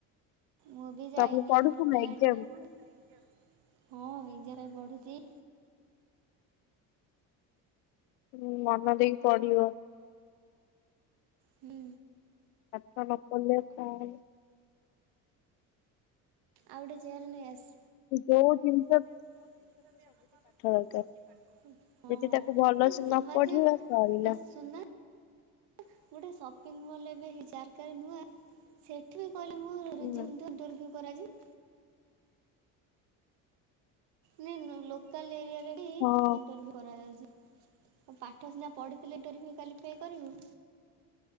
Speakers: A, on the right; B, on the left.
A: ମୁଁ ବି ଯାଇନି
B: ତମେ ପଢୁଛ
A: ମୋର ଖୋଲି
B: ନା ଏକ୍ଜାମ
A: ଲାଣି <unintelligible> ହଁ ହେ ନିଜ ପାଇଁ ପଢ଼ୁଚି।
B: ହଁ ମନ ଦେଇକି ପଢ଼ିବ।
A: ହୁଁ।
B: ଆପଣ ନ ପଢ଼ିଲେ କାଳେ
A: ଆଉଡ ଚରନ ସ୍
B: ଯଉ ଦିନ
A: ହଁ ସୁ
B: ଦରକାର
A: ଗୋଟେିଲବେ କ
B: ଯଦି ତାକୁ ଭଲସେ
A: ନୂଆ
B: ନ ପଢିବା ସରିଲା
A: ସେଠୁ କହିଲେ ମୁଁ ରିଜ୍ୟୁମ୍ ଦ ଇଣ୍ଟର୍ୟୁ
B: ହୁଁ
A: କରାଯିବ ନଁ ନ ଲୋକଲ ଏରିଆ
B: ହଁ
A: ଇଣ୍ଟରୁ କରାଯାଉଛି ଆ ପାଠ ସିନା ପଢିଥିଲେ ଟୋରିଫି କ୍ଵାଲିଫାଏ କରିବୁ